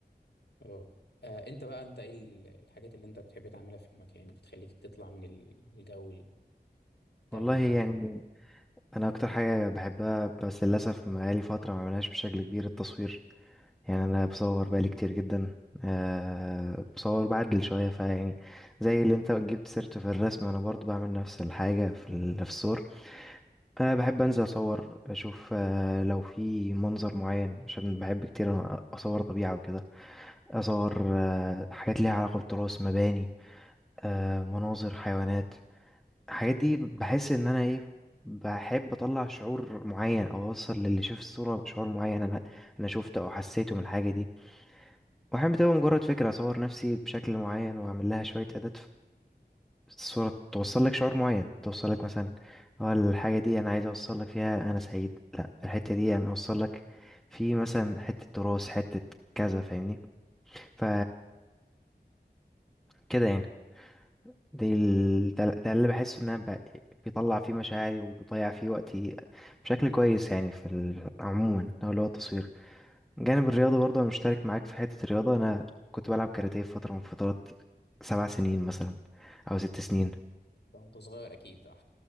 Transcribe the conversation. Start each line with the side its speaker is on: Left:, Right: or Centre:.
Left: اه آه، انت بقى انت ايه ال- الحاجات اللي انت بتحب تعملها في يومك يعني بتخليك تطلع من ال- الجو ال- بتاع
Centre: والله
Left: اليوم
Centre: يعني
Left: عموما
Centre: انا اكتر حاجه بحبها بس للاسف بقالي فتره ما بعملهاش بشكل كبير التصوير يعني انا بصور بقالي كتير جدا أه بصور بعدل شويه فيعني زي اللي انت جبت سيرته في الرسم انا برضو بعمل نفس الحاجه في ال- في الصور أه بحب انزل اصور اشوف أه لو في منظر معين عشان بحب كتير أ- اصور طبيعه وكده اصور أه حاجات ليها علاقه بالتراث مباني آه، مناظر حيوانات الحاجات دي بحس ان انا ايه بحب اطلع شعور معين او اوصل للي شاف الصورة شعور معين انا انا شفته او حسيته من الحاجة دي واحيانا بتبقى مجرد فكرة اصور نفسي بشكل معين واعمل لها شوية اعداد فالصورة توصل لك شعور معين توصل لك مثلا اه الحاجة دي انا عايز اوصل لك فيها انا سعيد لا الحتة دي انا اوصل لك في مثلا حتة تراث حتة كذا فاهمني ف كده يعني دي ال... ده ده اللي بحس ان انا ب... بيطلع فيه مشاعري وبيضيع فيه وقتي بشكل كويس يعني في ال... عموما هو اللي هو التصوير من جانب الرياضة برضه انا مشترك معاك في حتة الرياضة انا كنت بلعب كاراتيه في فترة من فترات سبع سنين مثلا او ست سنين
Left: ده وانت صغير اكيد اه <laughs>